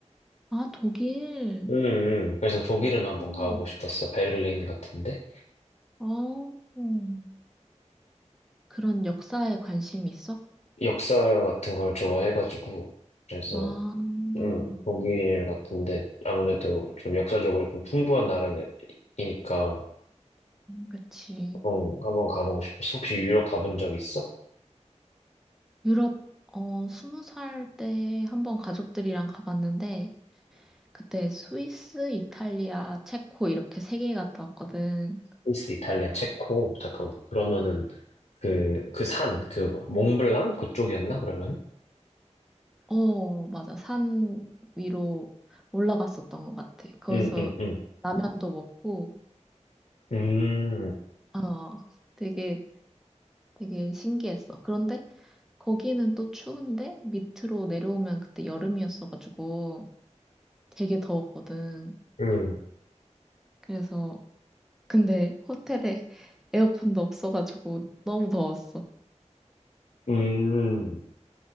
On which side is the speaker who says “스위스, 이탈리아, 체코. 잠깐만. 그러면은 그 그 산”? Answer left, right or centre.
Left